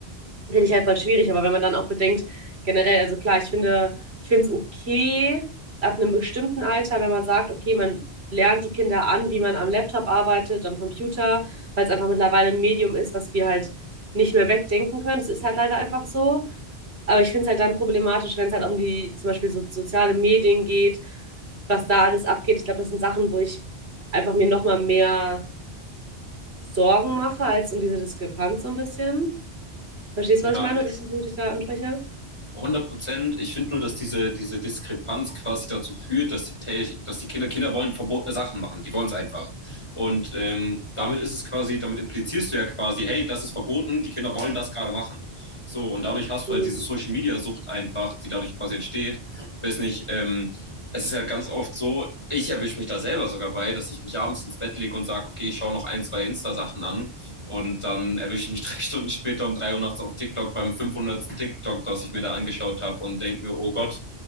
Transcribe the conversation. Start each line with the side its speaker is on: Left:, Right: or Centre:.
Right: Finde ich halt voll schwierig, aber wenn man dann auch bedenkt, generell, also klar, ich finde, ich finde es okay, ab einem bestimmten Alter, wenn man sagt, okay, man lernt die Kinder an, wie man am Laptop arbeitet, am Computer, weil es einfach mittlerweile ein Medium ist, was wir halt nicht mehr wegdenken können. Es ist halt leider einfach so. Aber ich finde es halt dann problematisch, wenn es halt um die zum Beispiel so soziale Medien geht, was da alles abgeht. Ich glaube, das sind Sachen, wo ich einfach mir nochmal mehr Sorgen mache, als um diese Diskrepanz so ein bisschen. Verstehst
Left: Ja,
Right: du, was ich meine? Welchen Punkt ich da anspreche?
Left: 100 Prozent. Ich finde nur, dass diese, diese Diskrepanz quasi dazu führt, dass die, Tel- dass die Kinder, Kinder wollen verbotene Sachen machen. Die wollen es einfach. Und ähm, damit ist es quasi, damit implizierst du ja quasi, hey, das ist verboten, die Kinder wollen das gerade machen. So, und dadurch hast
Right: Mhm.
Left: du halt diese Social Media Sucht einfach, die dadurch quasi entsteht. Weiß nicht, ähm, es ist ja ganz oft so, ich erwische mich da selber sogar bei, dass ich mich abends ins Bett lege und sage, okay, ich schaue noch ein, zwei Insta-Sachen an und dann erwische ich mich <laughs> drei Stunden später um drei Uhr nachts auf TikTok beim fünfhundertsten TikTok, das ich mir da angeschaut habe und denke mir, oh Gott,